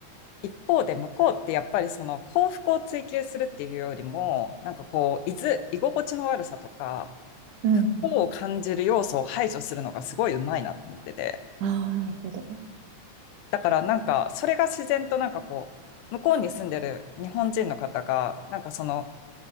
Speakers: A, on the left; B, on the right.
A: 一方で向こうってやっぱりその幸福を追求するっていうよりも、なんかこう、居ず、居心地の悪さとか、
B: うん。
A: 不幸を感じる要素を排除するのがすごいうまいなと思ってて。
B: ああ、なるほど。
A: だからなんか、それが自然となんかこう、向こうに住んでる日本人の方が、なんかその、